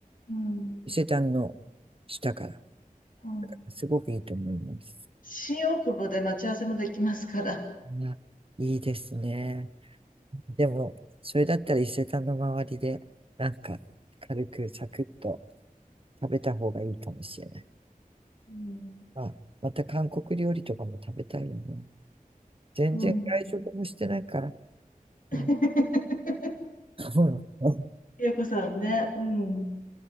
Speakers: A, on the left; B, on the right.
A: うん。
B: 伊勢丹の下から。
A: うん
B: すごくいいと思います。
A: 新大久保で待ち合わせもできますから。
B: まあ、いいですね。でも、それだったら伊勢丹の周りで、なんか、軽くサクッと食べた方がいいかもしれない。
A: うん。
B: まあ、また韓国料理とかも食べたいよね。全然外食もしてないから。
A: うん。<laughs>
B: うん、<laughs> うん
A: ゆうこさんね。うん。